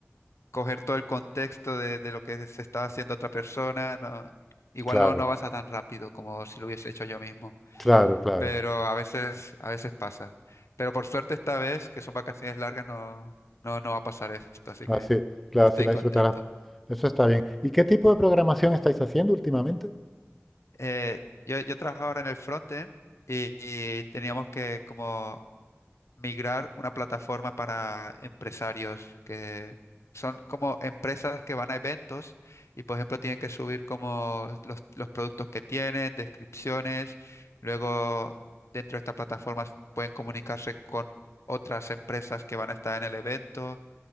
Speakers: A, on the left; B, in the centre.
A: coger todo el contexto de, de lo que se estaba haciendo otra persona, no, igual
B: claro,
A: no, no avanza tan rápido como si lo hubiese hecho yo mismo,
B: claro, claro.
A: pero a veces, a veces pasa. Pero por suerte esta vez, que son vacaciones largas, no, no, no va a pasar esto, así
B: Así,
A: que
B: claro,
A: estoy
B: así la
A: contento.
B: disfrutarás. Eso está bien. ¿Y qué tipo de programación estáis haciendo últimamente?
A: Eh, yo, yo trabajo ahora en el frontend y, y teníamos que como migrar una plataforma para empresarios que son como empresas que van a eventos y, por ejemplo, tienen que subir como los, los productos que tienen, descripciones. Luego, dentro de esta plataforma pueden comunicarse con otras empresas que van a estar en el evento.